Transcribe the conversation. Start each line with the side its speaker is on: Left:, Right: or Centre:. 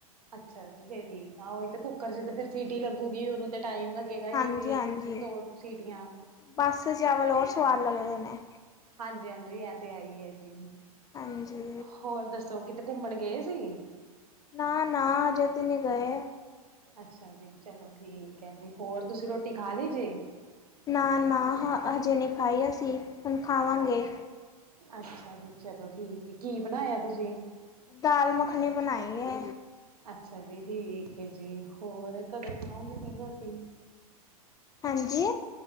Right: ਅੱਛਾ ਜੀ। ਫੇਰ ਠੀਕ ਆ, ਉਹੀ ਤੇ ਕੁੱਕਰ'ਚ ਫਿਰ ਸੀਟੀ ਲੱਗੂਗੀ ਉਹਨੂੰ ਤੇ ਟਾਈਮ ਲੱਗੇਗਾ
Left: ਹਾਂਜੀ
Right: ਇੱਕ ਯਾ
Left: ਹਾਂਜੀ
Right: ਦੋ ਸੀਟੀਆਂ
Left: ਬਸ ਚਾਵਲ ਹੋਰ ਸਵਾਦ ਲੱਗਦੇ ਨੇ
Right: ਹਾਂਜੀ-ਹਾਂਜੀ ਐ ਤੇ ਹੈਈ ਹੈ ਜੀ।
Left: ਹਾਂਜੀ,
Right: ਹੋਰ ਦੱਸੋ ਕਿਤੇ ਘੁੰਮਣ ਗਏ ਸੀ?
Left: ਨਾ- ਨਾ ਅਜੇ ਤੇ ਨੀ ਗਏ।
Right: ਅੱਛਾ ਜੀ, ਚਲੋ ਠੀਕ ਹੈ ਜੀ। ਹੋਰ, ਤੁਸੀ ਰੋਟੀ ਖਾਲੀ ਜੇ?
Left: ਨਾ-ਨਾ, ਹ ਹਜੇ ਨਹੀਂ ਖਾਈ ਅਸੀਂ, ਹੁਣ ਖਾਵਾਂਗੇ।
Right: ਅੱਛਾ ਜੀ, ਚਲੋ ਠੀਕ ਏ। ਕੀ ਬਣਾਇਆ ਤੁਸੀਂ?
Left: ਦਾਲ ਮੱਖਣੀ ਬਣਾਈ ਏ।
Right: ਅੱਛਾ ਜੀ, ਠੀਕ ਹੈ ਜੀ। ਹੋਰ ਕਦੋ ਖਾਓਗੇ ਫਿਰ ਰੋਟੀ?
Left: ਹਾਂਜੀ।